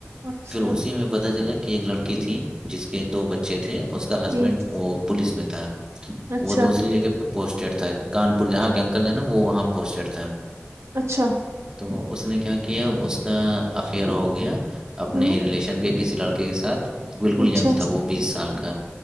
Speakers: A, on the right; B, on the right.
A: اچھا
B: پھر اسی میں پتہ چلا کہ کی ایک لڑکی تھی جس کے دو بچے تھے اس کا
A: ٹھیک
B: ہسبینڈ وہ پولیس میں تھے تو
A: اچھا
B: وہ دوسری جگہ پہ پوسٹڈ تھا کان پور جہاں کے انکل ہے نا وہاں پوسٹیڈ تھا
A: اچھا
B: تو اس نے کیا کیا اس کا افیئر ہو گیا اپنے
A: ہوں
B: ہی ریلیشن کے کسی لڑکے کے ساتھ بالکل
A: اچھا
B: جنگ تھا وہ بیس سال کا